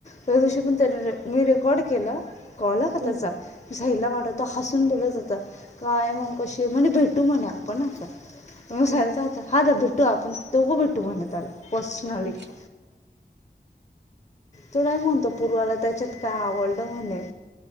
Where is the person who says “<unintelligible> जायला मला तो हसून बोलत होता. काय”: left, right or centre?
Left